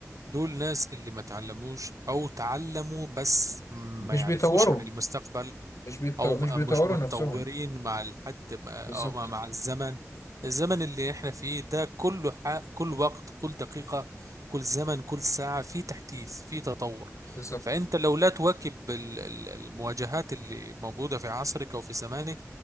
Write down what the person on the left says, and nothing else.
مش
بيطوروا
مش بيطو...
مش بيطوروا
نفسهم
بالظبط
بالظبط